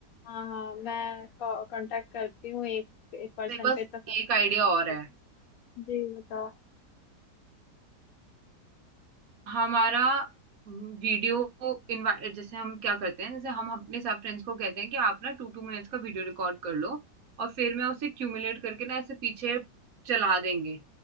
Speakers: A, on the left; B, on the right.
A: हाँ हाँ मैं कांटेक्ट करती हूँ एक एक पर्सन
B: मेरे पास
A: पे तो सब-
B: एक आइडिया और है
A: जी बताओ
B: हमारा वीडियो इनवाइट जैसे हम क्या करते हैं जैसे हम अपने सब फ्रेंड्स को कहते हैं कि आप ना टू टू मिनट्स का वीडियो रिकॉर्ड कर लो और फिर मैं उसे क्यूमुलेट करके ना ऐसे पीछे चला देंगे